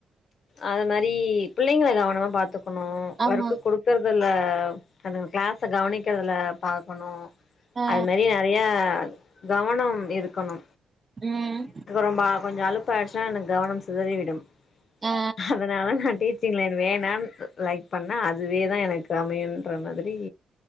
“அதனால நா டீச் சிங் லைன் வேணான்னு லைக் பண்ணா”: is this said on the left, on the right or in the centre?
Left